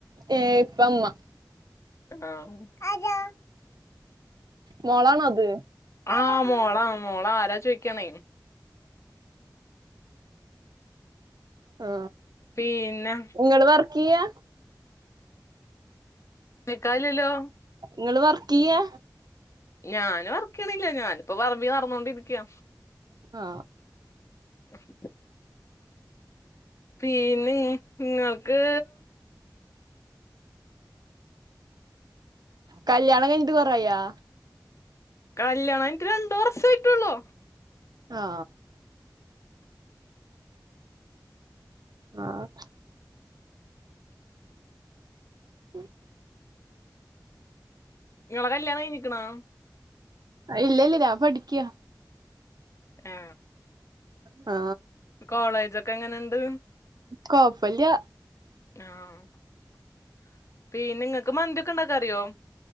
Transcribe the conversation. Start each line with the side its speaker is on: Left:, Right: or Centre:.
Right: ഏ ഇപ്പ ഇമ്മ
Left: ആ ആരാ
Right: മോളണ അത്
Left: ആ മോളാ മോളാ ആരാ ചോയിക്കാണേ
Right: ആ
Left: പിന്നെ
Right: നങ്ങള് വർക്കിയ്യാ
Left: നിക്കായില്ലല്ലോ
Right: ങ്ങള് വർക്കിയ്യാ
Left: ഞാന് വർക്കിയണില്ല ഞാനിപ്പോ പറമ്പി നടന്നൊണ്ടിരിക്ക്യാ
Right: ആ
Left: <unintelligible> പിന്നെ നിങ്ങൾക്ക്
Right: കല്യാണം കഴിഞ്ഞിട്ട് കൊറേ ആയോ
Left: കല്യാണം കഴിഞ്ഞിട്ട് രണ്ട് വർഷായിട്ടോള്ളൂ
Right: ആ ആ <inaudible>
Left: നിങ്ങളെ കല്യാണം കഴിഞ്ഞിക്കണാ
Right: ഇല്ലെല്ലില്ല പഠിക്കിക്യാ
Left: ആ
Right: ആ
Left: കോളേജൊക്കെ എങ്ങനെണ്ട്
Right: കോപ്പല്ല
Left: ആഹപിന്നെ ങ്ങൾക്ക് മന്തിയൊക്കെ ഉണ്ടാക്കാന റിയോ?